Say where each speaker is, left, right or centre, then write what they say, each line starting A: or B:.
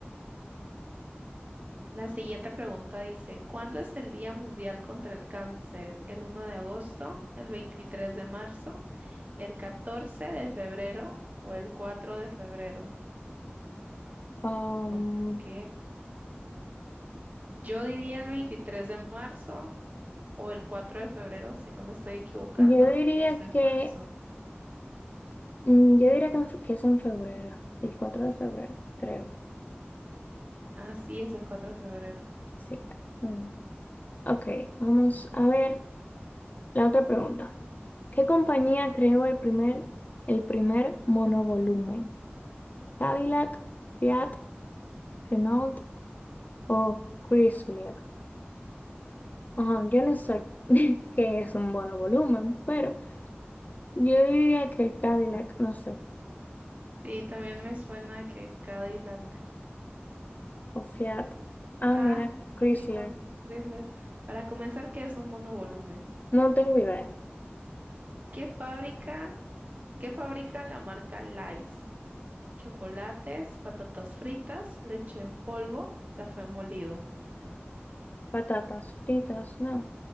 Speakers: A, on the right; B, on the left.
A: La siguiente pregunta dice, ¿cuándo es el Día Mundial contra el Cáncer? ¿El uno de agosto, el 23 de marzo, el 14 de febrero o el 4 de febrero?
B: Um,
A: Ok, yo diría el 23 de marzo o el 4 de febrero, si no me estoy equivocando,
B: yo diría
A: es en
B: que,
A: marzo.
B: mm, yo diría que, en fe- que es en febrero, el cuatro de febrero, creo.
A: Así es el 4 de febrero.
B: Sí, muy bien. Ok, vamos a ver la otra pregunta. ¿Qué compañía creó el primer, el primer monovolumen? ¿Cadillac, Fiat, Renault o Chrysler? Ajá, yo no sé <laughs> qué es un monovolumen, pero... Yo diría que el Cadillac, no sé,
A: Y también me suena que Cadillac.
B: o Fiat. Ah,
A: Ah,
B: mira, Chrysler.
A: ningún Chrysler. Para comenzar, ¿qué es un monovolumen?
B: No tengo idea.
A: ¿Qué fábrica? ¿Qué fabrica la marca Lays? Chocolates, patatas fritas, leche en polvo, café molido.
B: Patatas fritas, no.